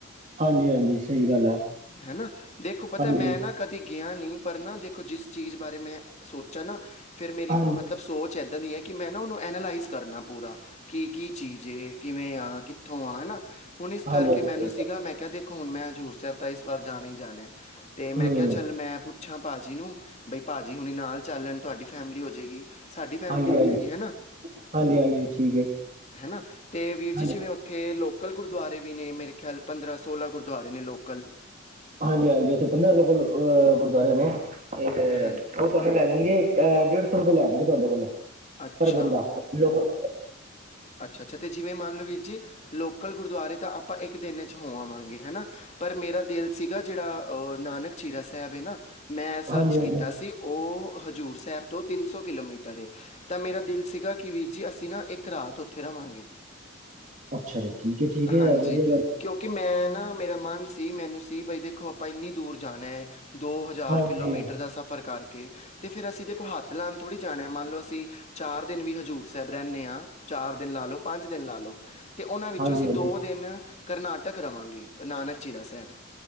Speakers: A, on the right (about 35°); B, on the left (about 30°).
A: ਹਾਂਜੀ-ਹਾਂਜੀ, ਸਹੀ ਗੱਲ ਹੈ।
B: ਹਨਾ, ਦੇਖੋ ਪਤਾ
A: ਹਾਂਜੀ,
B: ਮੈਂ ਨਾ ਕਦੀ ਕਿਆ ਨਹੀਂ ਪਰ ਦੇਖੋ ਜਿਸ ਚੀਜ਼ ਬਾਰੇ ਮੈਂ ਸੋਚਾ ਨਾ ਫਿਰ ਮੇਰੀ
A: ਹਾਂਜੀ,
B: ਮਤਬ ਮਤਲਬ
A: ਹਾਂਜੀ,
B: ਸੋਚ ਇੱਦਾਂ ਦੀ ਹੈ ਕਿ ਮੈਂ ਨਾ ਉਹਨੂੰ ਐਨਾਲਾਈਜ਼ ਕਰਨਾ ਪੂਰਾ ਕੀ ਕੀ ਚੀਜ਼ ਹੈ ਕਿਵੇਂ ਆ ਕਿ ਉਥੋਂਵਾਂ ਹੈ ਨਾ ਹੁਣ ਇਸ
A: ਹਾਂਜੀ-ਹਾਂਜੀ
B: ਕਰਕੇ ਮੈਨੂੰ
A: ਸਹੀ
B: ਸੀਗਾ ਮੈਂ ਕਿਹਾ ਦੇਖੋ ਹੁਣ ਮੈਂ ਹਜ਼ੂਰ ਸਾਹਿਬ ਤਾਂ ਇਸ ਵਾਰ ਜਾਣਾ ਹੀ ਜਾਣਾ ਤੇ
A: ਹੂੰ,
B: ਮੈਂ ਕਿਹਾ ਚੱਲ ਮੈਂ ਪੁ ਪੁੱਛਾਂ ਭਾਅ ਜੀ ਨੂੰ ਬਈ ਭਾਜੀ ਹੁਣੀ ਨਾਲ ਚੱਲ ਲੈਣ ਤੁਹਾਡੀ ਫੈਮਿਲੀ ਹੋ ਜਾਵੇਗੀ। ਸਾਡੀ ਫੈਮਿਲੀ
A: ਹਾਂਜੀ-ਹਾਂਜੀ,
B: ਹੋ ਜਾਏਗੀ ਹੈ ਨਾ। <unintelligible>
A: ਹਾਂਜੀ-ਹਾਂਜੀ ਠੀਕ ਏ।
B: ਹੈ ਨਾ ਅਤੇ ਵੀਰ ਜੀ
A: ਹਾਂਜੀ,
B: ਜਿਵੇਂ ਉੱਥੇ ਲੋਕ ਲੋਕਲ ਗੁਰਦੁਆਰੇ ਵੀ ਨੇ ਮੇਰੇ ਖਿਆਲ ਪੰਦਰਾਂ ਸੋਲ੍ਹਾਂ ਗੁਰਦੁਆਰੇ ਨੇ ਲੋਕਲ।
A: ਹਾਂਜੀ-ਹਾਂਜੀ ਉੱਥੇ ਪੰਦਰਾਂ ਲੋਕਲ ਗੁਰਦੁਆਰੇ ਨੇ, ਤੇ
B: ਹਾਂ
A: ਤੁਹਾਨੂੰ ਲੈ ਜਾਣਗੇ ਅਹ ਡੇਢ ਸੌ ਰੁਪਏ ਲੈਣਗੇ ਤੁਹਾਡੇ ਕੋਲੋਂ
B: ਅੱਛਾ
A: ਪਰ ਬੰਦਾ ਲੋਕਲ।
B: ਅੱਛਾ-ਅੱਛਾ ਅਤੇ ਜਿਵੇਂ ਮੰਨ ਲਓ ਵੀਰ ਜੀ ਲੋਕਲ ਗੁਰਦੁਆਰੇ ਤਾਂ ਆਪਾਂ ਇੱਕ ਦਿਨ 'ਚ ਹੋ ਆਵਾਂਗੇ ਹੈ ਨਾ। ਪਰ ਮੇਰਾ ਦਿਲ ਸੀਗਾ ਜਿਹੜਾ ਉਹ ਨਾਨਕ ਝੀਰਾ ਸਾਹਿਬ ਹੈ ਨਾ ਮੈਂ ਸਰਚ
A: ਹਾਂਜੀ-ਹਾਂਜੀ,
B: ਕੀਤਾ ਸੀ। ਉਹ ਹਜ਼ੂਰ ਸਾਹਿਬ ਤੋਂ ਤਿੰਨ ਸੌ ਕਿਲੋਮੀਟਰ ਏ। ਤਾਂ ਮੇਰਾ ਦਿਲ ਸੀਗਾ ਕਿ ਵੀਰ ਜੀ ਅਸੀਂ ਨਾ ਇੱਕ ਰਾਤ ਉੱਥੇ ਰਹਾਂਗੇ।
A: ਅੱਛਾ ਜੀ, ਠੀਕ ਹੈ -ਠੀਕ ਹੈ
B: ਹਾਂਜੀ
A: ਇਹ ਵਧੀਆ ਗੱਲ ਐ।
B: ਕਿਉਂਕਿ ਮੈਂ ਨਾ ਮੇਰਾ ਮਨ ਸੀ ਮੈਨੂੰ ਸੀ ਬਈ ਦੇਖੋ ਆਪਾਂ ਇੰਨੀ ਦੂਰ ਜਾਣਾ। ਦੋ ਹਜ਼ਾਰ
A: ਹਾਂਜੀ,
B: ਕਿਲੋਮੀਟਰ ਦਾ ਸਫ਼ਰ ਕਰਕੇ ਅਤੇ ਫਿਰ ਅਸੀਂ ਦੇਖੋ ਹੱਥ ਲਾਉਣ ਥੋੜ੍ਹੀ ਜਾਣਾ ਮੰਨ ਲਓ ਅਸੀਂ ਚਾਰ ਦਿਨ ਵੀ ਹਜ਼ੂਰ ਸਾਹਿਬ ਰਹਿੰਦੇ ਆਂ ਚਾਰ ਦਿਨ ਲਾ ਲੋ ਪੰਜ ਦਿਨ ਲਾ ਲਓ। ਤੇ ਉਹਨਾਂ ਵਿੱਚੋਂ
A: ਹਾਂਜੀ-ਹਾਂਜੀ।
B: ਅਸੀਂ ਦੋ ਦਿਨ ਕਰਨਾਟਕ ਰਵਾਂਗੇ ਗੁਰੂ ਨਾਨਕ ਚੀਰਾ ਸਾਹਿਬ।